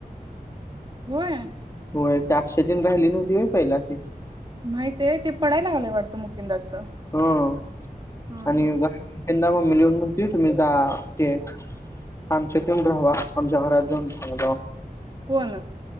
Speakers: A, on the right (about 30°); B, on the left (about 20°).
A: होय.
B: होय ते अक्षेतेन राहिली नव्हती होय पहिला ती.
A: माहित आहे ते पडायला आलय वाटत मग. कि दस.
B: हं
A: हम्
B: आणि
A: हम्.
B: त्यांना मम्मी म्हणत तुम्ही जा ते आमच्यात येऊन राहावा आमच्या घरात जाऊन राहावा जा.
A: कोण?